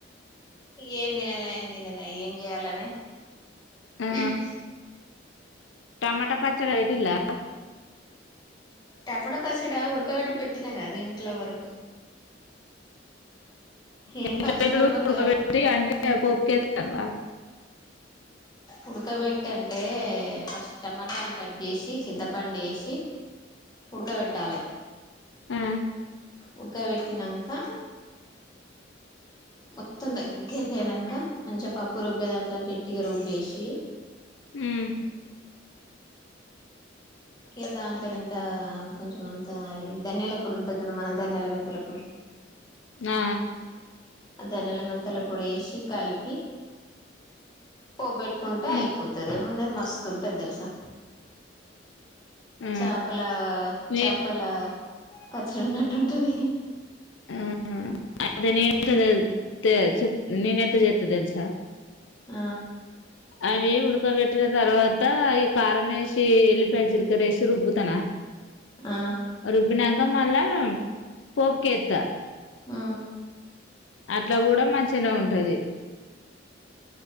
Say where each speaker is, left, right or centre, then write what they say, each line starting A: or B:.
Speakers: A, on the left; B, on the left.
A: ఇగేమ్ తినదాయా ఏం తినదాయా ఏం జేయాలని
B: ఆ
A: <unintelligible>
B: టమాటా పచ్చడా పెట్టిలా
A: టమాట పచ్చడా ఉడకబెట్టి పెట్టినా కాదు ఇంట్లో వరకు ఏం
B: ఎట్ల
A: పచ్చిమిరపకాయలు
B: బెట్టుడు ఉడుకబెట్టి అంటే పోపుకేతన్నవా
A: ఉడకబెట్టి అంటే ఫస్ట్ టమాటాలు కట్ జేసి చింతపండు ఏసి ఉడుకబెట్టాలె
B: ఆ
A: ఉడకబెట్టినంక మొత్తం దగ్గరికయినంకా మంచిగా పప్పు రుబ్బేదాంతొ గట్టిగా రుబ్బేసి
B: ఉమ్
A: ఇగ దాంట్ల ఇంత కొంచమంతా అది ధన్యాలపొడి ఉంటది చూడు మన ధన్యాల మెంతులపొడి
B: ఆ
A: ఆ దానాల మెంతుల పొడి ఎషీ కలిపి పోబెట్టుకుంటే
B: ఉమ్
A: అయిపోతది ఏమున్నది మస్తుంటది తెలుసా
B: ఆ
A: చాపల
B: నే
A: చాపల పచ్చడి ఉన్నట్టు ఉంటది
B: ఉమ్ అదే నేనె తెల్ తే చెప్ నేన ఎట్ట చేత్త తెలుసా
A: ఆ
B: అవి ఉడకబెట్టిన తర్వాత ఈ కారం వేసి వెల్లిపాయజిలికరేసి రుబ్బుతాన
A: ఆ
B: రుబ్బినంక మళ్ళా పోపుకేత్త
A: ఆ
B: అట్ల కూడా మంచిగనే ఉంటది